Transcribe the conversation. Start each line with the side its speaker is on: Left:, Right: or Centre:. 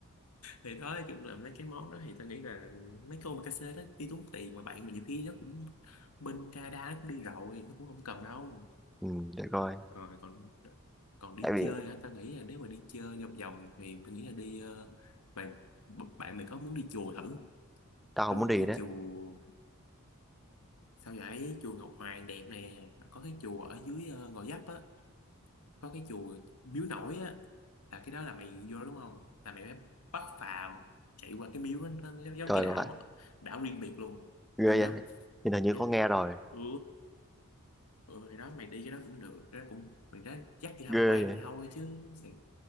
Left: thì đó nói chung là mấy cái món đó thì tao nghĩ là mấy cái omakase đó đi tốn tiền mà bạn mà nhiều khi nó cũng bên Canada nó cũng đi rồi nó cũng không cần đâu
Centre: Ừ, để coi.
Left: rồi còn còn đi
Centre: Tại vì
Left: chơi á tao nghĩ là nếu mà đi chơi vòng vòng thì tao nghĩ là đi ờ, bạn bạn mày có muốn đi chùa thử không?
Centre: tao không
Left: có một
Centre: muốn đi
Left: cái
Centre: đấy.
Left: chùa sao vậy chùa Ngọc Hoàng đẹp nè mà có cái chùa ở dưới ờ, Gò Vấp á có cái chùa Miếu Nổi á là cái đó là mày vô đó đúng không là mày mới bắt phà chạy qua cái miếu đó, nó giống giống
Centre: Trời
Left: cái đảo
Centre: ơi,
Left: á. đảo riêng biệt luôn
Centre: ghê
Left: vui
Centre: vậy.
Left: lắm
Centre: Nhìn hình như
Left: mày dắt
Centre: có nghe
Left: mày
Centre: rồi.
Left: ừ ừ thì đó mày đi cái đó cũng được cái đó cũng mình đó dắt đi tham
Centre: Ghê
Left: quan
Centre: vậy.
Left: thì thôi chứ Sài,